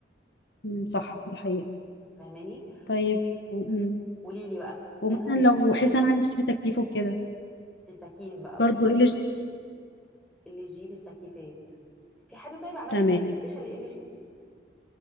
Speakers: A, on the left; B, in the centre.
A: أمم، صح دي حقيقه
B: فاهماني
A: طيب و... أمم.
B: قولي لي بقى
A: ومثلا
B: انا هدخل
A: لو
B: مثلا
A: حسن عايز اشتري تكييف وكده
B: التكييف بقى
A: برضو
B: بصي
A: ال جي
B: ال جي في التكييفات في حد طيب عمل
A: تمام
B: لك ريكومنديشن ل ال جي